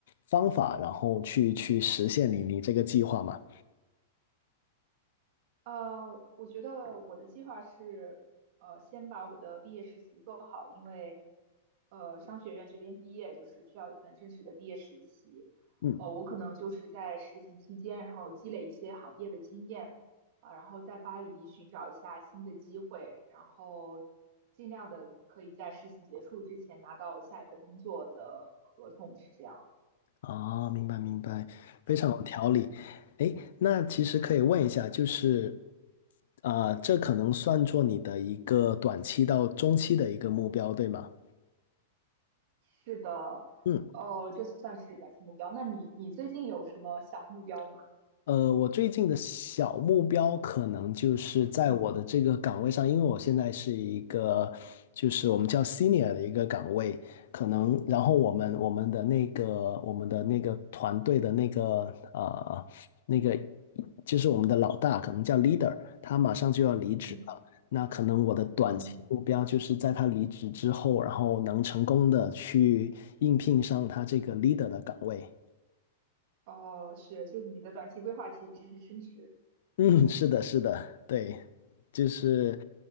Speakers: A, on the left; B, on the right.
A: 方法，然后去去实现你你这个计划吗？
B: 呃，我觉得我的计划是，呃，先把我的毕业实习做好，因为，呃，商学院这边毕业就是需要一份正式的毕业实习，
A: 嗯。
B: 呃，我可能就是在实习期间，然后积累一些行业的经验，啊、然后在巴黎寻找一下新的机会，然后尽量的可以在实习结束之前拿到下一份工作的合同，是这样。
A: 哦，明白明白，非常有条理。
B: 嗯。
A: 诶，那其实可以问一下，就是，啊、这可能算作你的一个短期到中期的一个目标，对吗？
B: 是的，
A: 嗯。
B: 哦，这算是短期目标。那你你最近有什么小目标吗？
A: 呃，我最近的小目标可能就是在我的这个岗位上，
B: 嗯
A: 因为我现在是一个，就是我们叫 senior 的一个岗位，可能然后我们我们的那个我们的那个团队的那个呃那个就是我们的老大，可能叫 leader，他马上就要离职了。
B: 嗯嗯
A: 那可能我的短期目标就是在他离职之后，
B: 嗯
A: 然后能成功的去应聘上他这个 leader 的岗位。
B: 哦，是，就你的短期规划其实是升职。
A: 嗯，是的，是的，对，就是